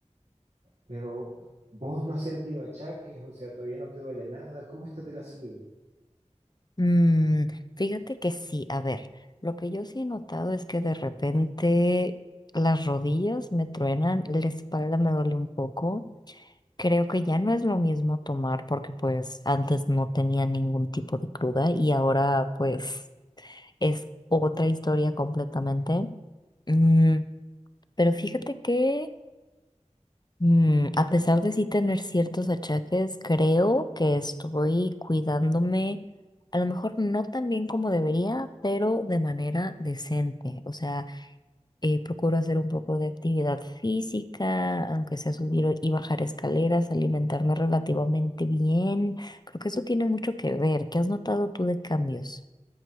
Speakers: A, on the right (about 60°); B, on the left (about 35°).
A: Pero vos no has sentido achaques, o sea, todavía no te duele nada. ¿Cómo estás de la salud?
B: Mm, fíjate que sí, a ver, lo que yo sí he notado es que de repente las rodillas me truenan, la espalda me duele un poco. Creo que ya no es lo mismo tomar porque pues antes no tenía ningún tipo de cruda y ahora pues es otra historia completamente. Mm, pero fíjate que Mm, a pesar de sí tener ciertos achaques, creo que estoy cuidándome, a lo mejor no tan bien como debería, pero de manera decente. O sea, eh, procuro hacer un poco de actividad física, aunque sea subir o- y bajar escaleras, alimentarme relativamente bien. Creo que eso tiene mucho que ver. ¿Qué has notado tú de cambios?